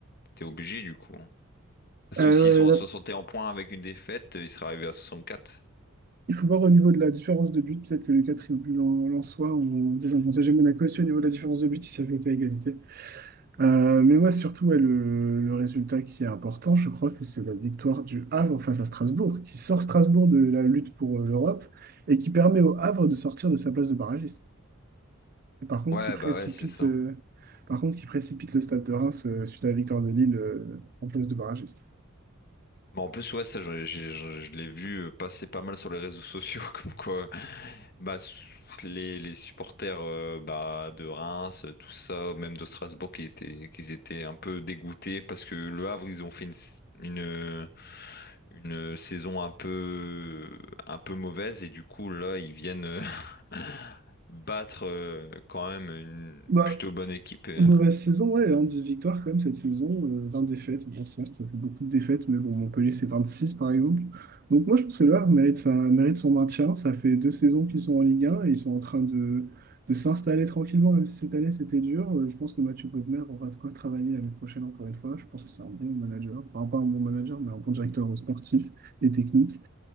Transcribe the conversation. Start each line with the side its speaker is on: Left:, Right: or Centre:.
Left: était obligée du coup. hein. Parce
Right: euh,
Left: que s'ils sont
Right: là,
Left: à 61 points avec une défaite, ils seraient arrivés à 64.
Right: il faut voir au niveau de la différence de but, peut-être que le quatre but en, en soit, on désavantage Monaco aussi au niveau de la différence de but, si ça avait été à égalité. Euh, mais moi, surtout, ouais, le, le résultat qui est important, je crois que c'est la victoire du Havre face à Strasbourg, qui sort Strasbourg de la lutte pour euh, l'Europe et qui permet au Havre de sortir de sa place de barragiste. Et par contre,
Left: Ouais,
Right: qui précipite,
Left: bah ouais, c'est ça.
Right: euh, par contre, qui précipite le Stade de Reims euh, suite à la victoire de Lille euh, en place de barragiste.
Left: Mais en plus, ouais, ça, j'en- j'ai- j'en- je l'ai vu euh, passer pas mal sur les réseaux sociaux, <laughs> comme quoi bah, s- les, les supporters euh, bah, de Reims, euh, tout ça, même de Strasbourg, qui étaient, qu'ils étaient un peu dégoûtés parce que Le Havre, ils ont fait une, s- une, une saison un peu, un peu mauvaise et du coup, là, ils viennent euh, <laughs> battre euh, quand même une
Right: Bah,
Left: plutôt bonne équipe. euh.
Right: Mauvaise saison, ouais, hein, 10 victoires quand même cette saison, euh, 20 défaites. Bon, certes, ça fait beaucoup de défaites, mais bon, Montpellier, c'est 26 par exemple. Donc moi, je pense que le Havre mérite, sa- mérite son maintien. Ça fait deux saisons qu'ils sont en Ligue 1 et ils sont en train de, de s'installer tranquillement, même si cette année c'était dur. Euh, je pense que Mathieu Bodmer aura de quoi travailler l'année prochaine encore une fois. Je pense que c'est un bon manager, enfin pas un bon manager, mais un bon directeur sportif et technique.